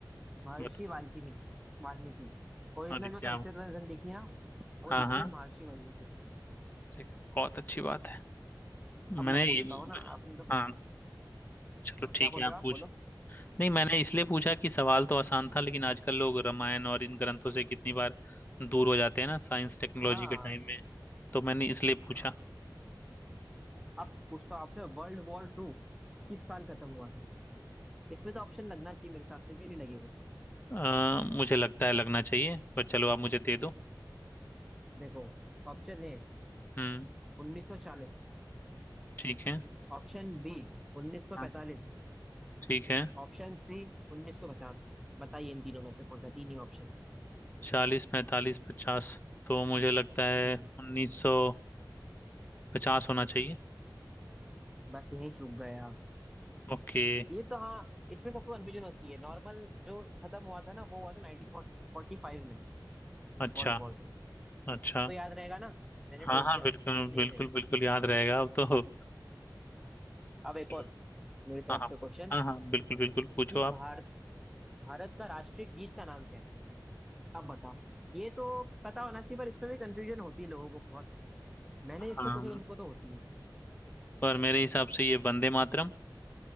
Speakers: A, in the centre; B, on the left.
A: महर्षि
B: बता
A: वाल्मीकि वाल्मीकि ओरिजिनल
B: हाँ जी, क्या
A: जो संस्कृत वर्जन लिखी है ना वो
B: हाँ
A: लिखी
B: हाँ
A: है महर्षि वाल्मीकि
B: ठीक है बहुत अच्छी बात है
A: अब
B: मैंने
A: मैं पूछता
B: ये
A: हूँ ना आपने तो पूछता
B: हाँ चलो
A: हूँ
B: ठीक
A: क्या बोल
B: है आप
A: रहे हो
B: पूछ
A: आप बोलो
B: नहीं मैंने इसलिए पूछा कि सवाल तो आसान था लेकिन आजकल लोग रामायण और इन ग्रंथों से कितनी बार दूर हो जाते हैं ना साइंस टेक्नोलॉजी
A: हाँ
B: के टाइम में तो मैंने इसलिए पूछा
A: हाँ। अब पूछता हूँ आपसे वर्ल्ड वॉर टू किस साल खत्म हुआ था इसमें तो ऑप्शन लगना चाहिए मेरे हिसाब से कि नहीं लगेगा
B: अ, मुझे लगता है लगना चाहिए पर चलो आप मुझे दे दो
A: देखो ऑप्शन ए
B: हम्म
A: 1940
B: ठीक है
A: ऑप्शन बी 1945
B: हाँ, ठीक है
A: ऑप्शन सी 1950 बताइए इन तीनों में से कौन सा तीन ही ऑप्शन
B: चालीस पैंतालीस पचास तो मुझे लगता है
A: हम्म
B: उन्नीस सौ पचास होना चाहिए
A: बस यही चूक गए आप
B: ओके
A: ये तो हाँ इसमें सबको कंफ्यूजन होती है नॉर्मल जो खत्म हुआ था ना वो हुआ था 1945 में
B: अच्छा
A: वर्ल्ड वॉर टू
B: अच्छा
A: अब तो याद रहेगा ना मैंने टोक
B: हाँ हाँ
A: दिया
B: बिल्कुल
A: तो कि नहीं
B: बिल्कुल
A: रहेगा
B: बिल्कुल याद रहेगा अब तो
A: अब एक
B: चलो
A: और मेरी तरफ
B: हाँ हाँ
A: से क्वेश्चन
B: हाँ हाँ बिल्कुल बिल्कुल पूछो
A: कि
B: आप
A: भारत भारत का राष्ट्रीय गीत का नाम क्या है अब बताओ ये तो पता होना चाहिए पर इसमें भी कंफ्यूजन होती है लोगों को बहुत मैंने इससे
B: हाँ
A: पूछा उनको तो होती है
B: पर मेरे हिसाब से ये वंदे मातरम